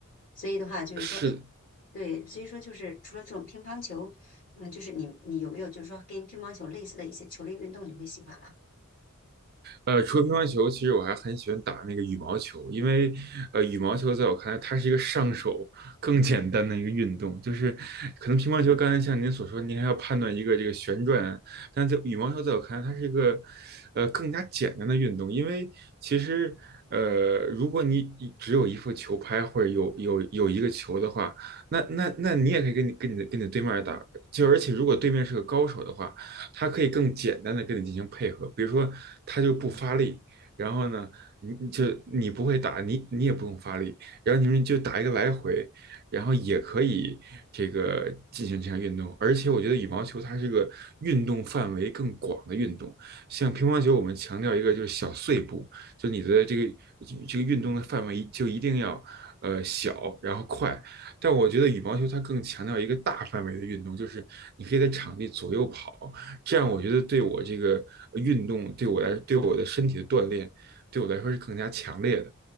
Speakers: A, on the left (about 40°); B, on the right (about 45°).
A: 所以的话就是说，
B: 是
A: 哎，对，所以说就是除了这种乒乓球，嗯，就是你你有没有就是说跟乒乓球类似的一些球类运动，你会喜欢吗？
B: 呃，除了乒乓球，其实我还很喜欢打那个羽毛球，因为呃，羽毛球在我看来，它是一个上手更简单的一个运动。就是可能乒乓球，刚才像您所说，您还要判断一个这个旋转啊，但在羽毛球在我看来，它是一个呃更加简单的运动，因为其实呃，如果你一只有一副球拍或者有有有一个球的话，那那那你也可以跟你跟你的跟你的对面打，就而且如果对面是个高手的话。它可以更简单的跟你进行配合，比如说它就不发力，然后呢，你你就你不会打，你你也不用发力，然后你们就打一个来回，然后也可以这个进行这项运动。而且我觉得羽毛球它是个运动范围更广的运动，像乒乓球我们强调一个就是小碎步，就你的这个这个运动的范围就一定要。呃，小然后快，但我觉得羽毛球它更强调一个大范围的运动，就是你可以在场地左右跑，这样我觉得对我这个运动，对我来，对我的身体的锻炼，对我来说是更加强烈的。